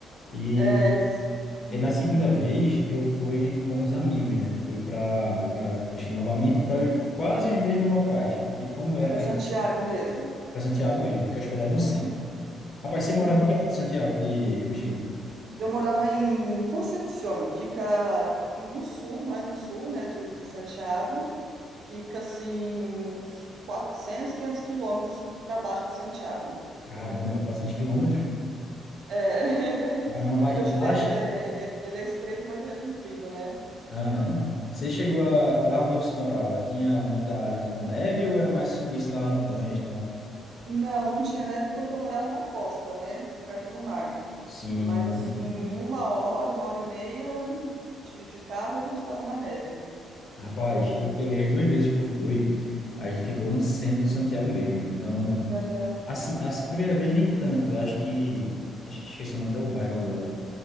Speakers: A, on the left; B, on the right.
A: E
B: é, eles, uhum,
A: e na segunda vez, eu fui com os amigos, né? Fui para para o Chile novamente, para quase os mesmos locais, porque como era
B: para Santiago mesmo.
A: para Santiago mesmo, fiquei hospedado no
B: Uhum,
A: centro. Rapaz, você morava
B: uhum.
A: em que área de Santiago, de, do Chile?
B: Eu morava em Concepción, fica no sul, mais no sul, né? De, de Santiago. Fica assim uns 400, 500 quilômetros para baixo de Santiago.
A: Caramba, 400 quilômetros.
B: É, <laughs>
A: Caramba, mas
B: é porque o Chile
A: lá... che-
B: ele é, ele é, ele é estreito, mas ele é comprido, né?
A: Aham. Você chegou a, lá onde você morava, tinha muita área de, com neve ou era mais subisse lá montanhas e tal?
B: Não, não tinha neve porque eu morava na costa, né? Perto do mar.
A: Sim.
B: Mas assim,
A: sim.
B: em uma hora, uma hora e meia de, de carro, a gente estava na neve.
A: Rapaz, eu peguei as duas vezes que eu fui, a gente ficou no centro de Santiago mesmo, né? Então...
B: Aham,
A: Assim, a primeira vez nem tanto. Eu Acho que. Acho que esqueci o nome até o bairro agora.